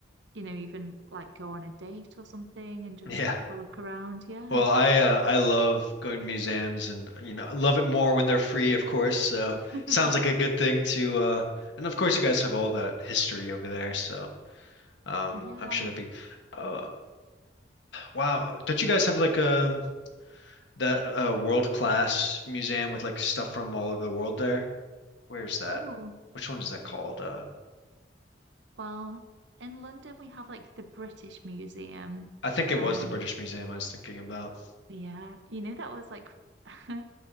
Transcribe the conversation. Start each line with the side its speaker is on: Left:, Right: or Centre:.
Right: you know, even like go on a date or something and just
Left: Yeah.
Right: have a look around. Yeah.
Left: Well, I uh, I love going to museums and you know, I love it more when they're free, of course. So
Right: <laughs>
Left: sounds like a good thing to uh and of course you guys have all that history over there, so um
Right: Yeah.
Left: I'm sure that'd be uh wow, don't you guys have like um that uh world-class museum with like stuff from all over the world there? Where's that?
Right: Oh,
Left: Which one is that called? Uh
Right: well, in London, we have like the British Museum.
Left: I think it
Right: And
Left: was the British Museum I was thinking about.
Right: yeah, you know, that was like <laughs>